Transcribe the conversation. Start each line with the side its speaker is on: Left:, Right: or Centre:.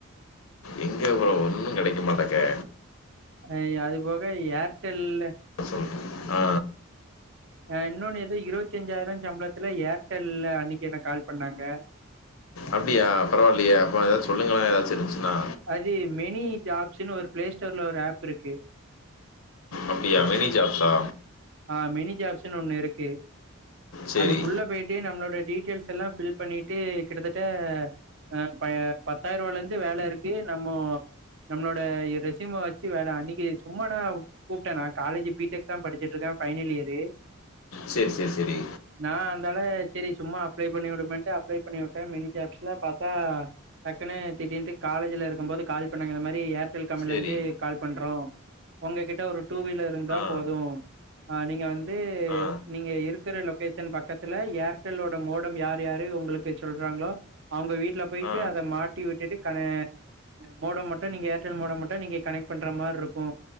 Left: எங்க ப்ரோ ஒன்னு கெடைக்க மாட்டக்கே
Right: அ அது போக ஏர்டெல்ல
Left: சொல்ற ஆ
Right: ஆ இன்னொன் ஏதோ இருவத்தஞ்சாயிரோ சம்பளத்ல ஏர்டெல்ல அன்னிக் எனக் கால் பண்ணாங்க
Left: அப்டியா பரவால்லியே அப்போ ஏதா சொல்லுங்களே ஏதாச்சிருந்துச்சுன்னா
Right: அது மெனி ஜாப்ஸ்ன்னு ஒரு ப்ளே ஸ்டோர்ல ஒரு ஆப் இருக்கு
Left: அப்டியா மெனி ஜாப்ஸா
Right: ஆ மெனி ஜாப்ஸ்ன்னு ஒண்ணு இருக்கு
Left: சரி
Right: அதுக்குள்ள போய் டு நம்ளோட டீட்டெய்ல்ஸ் எல்லா ஃபில் பண்ணிட்டு கிட்டத்தட்ட ஆ ப பத்தாயிருவாலேந்து வேல இருக்கு நம்மோ நம்ளோட இ ரெசிம வெச்சி வேல அன்னிக்கி சும்மா நா கூப்ட்டே நா காலேஜி பீ டெக் தா படி சிட்ருக்கே ஃபைனல் இயரு
Left: சேர் சேர் செரி
Right: நா அந்தாள செரி சும்மா அப்ளை பண்ணி உடுமேன்ட்டு அப்ளை பண்ணி உட்டே மெனி ஜாப்ஸ்ல பாத்தா டக்குனு திடீன்ட்டு காலேஜுல இருக்கம்போது கால் பண்ணாங்க இந்த மாரி ஏர் டெல் கம்பென்லேந்து
Left: சரி
Right: கால் பண்றோ உங்ககிட்ட ஒரு டூ வீலருந்தா
Left: ஆ
Right: போது அ நீங்க வந்து
Left: ஆ
Right: நீங்க இருக்குற லொக் கேஷன் பக்கத்துல ஏர்டெல்லோட மோடம் யாரு யாரு உங்களுக்குச் சொல்றாங்ளோ அவ்ங்க வீட்ல போய்ட்டு
Left: ஆ
Right: அத மாட்டி விட்டுட்டு கன மோடம் மட்டு நீங்க ஏர்டெல் மோடம் மட்டு நீங்க கனெக்ட் பண்ற மார் இருக்கு